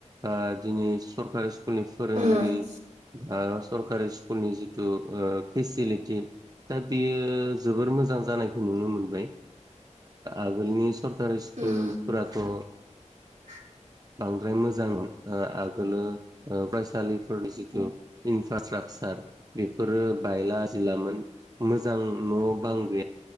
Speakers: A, on the right; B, on the right.
A: ओ दिनै सरकारि स्कुलनि फोरोंगिरि
B: उम
A: बा सरकारि स्कुलनि जिथु फेसिलिटि दा बियो जोबोर मोजां जानायखौ नुनो मोनबाय आगोलनि सर <unintelligible> स्कुल
B: उम
A: फोराथ'
B: <inaudible>
A: बांद्राय मोजांमोन आगोलो फरायसालिफोरनि <unintelligible> बेफोरो बायला जिलामोन मोजां न' बां गैया